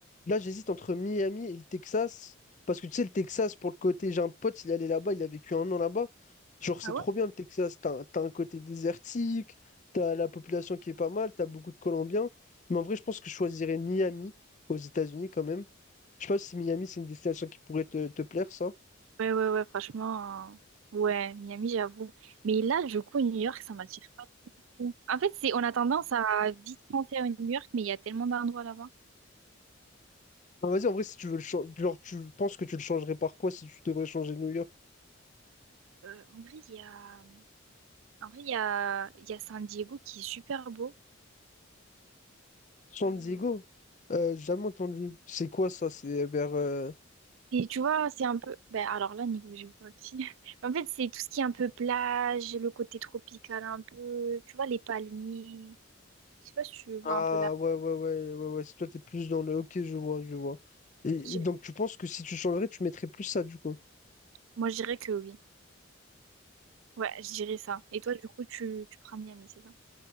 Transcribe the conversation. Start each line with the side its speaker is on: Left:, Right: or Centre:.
Left: là, j'hésite entre Miami et le Texas. Parce que tu sais, le Texas, pour le côté, j'ai un pote, il allait là-bas, il a vécu un an là-bas. Genre, c'est
Right: Ah
Left: trop
Right: ouais?
Left: bien le Texas. T'as, t'as un côté désertique, t'as la population qui est pas mal, t'as beaucoup de Colombiens. Mais en vrai, je pense que je choisirais Miami aux États-Unis quand même. Je sais pas si Miami, c'est une destination qui pourrait te te plaire, ça.
Right: Ouais, ouais, ouais, franchement, euh, ouais, Miami, j'avoue. Mais là, du coup, New York, ça m'attire pas trop. En fait, c'est, on a tendance à vite penser à New York, mais il y a tellement d'endroits là-bas.
Left: Ah, vas-y, en vrai, si tu veux le changer, genre, tu penses que tu le changerais par quoi si tu devrais changer New York?
Right: Euh, en vrai, il y a, en vrai, il y a, il y a San Diego qui est super beau.
Left: San
Right: Euh,
Left: Diego? Euh, jamais entendu. C'est quoi ça? C'est vers. euh,
Right: Et tu vois, c'est un peu. Ben, alors là, niveau géographie. <laughs> En fait, c'est tout ce qui est un peu plage, le côté tropical un peu. Tu vois, les palmiers. Je sais pas si tu vois
Left: Ah,
Right: un peu là.
Left: ouais, ouais, ouais, ouais, ouais. Si toi, t'es plus dans le. Ok, je vois, je vois. Et,
Right: Je dirais-
Left: et donc, tu penses que si tu changerais, tu mettrais plus ça, du coup?
Right: Moi, je dirais que oui. Ouais, je dirais ça. Et toi, du coup, tu, tu prends Miami, c'est ça?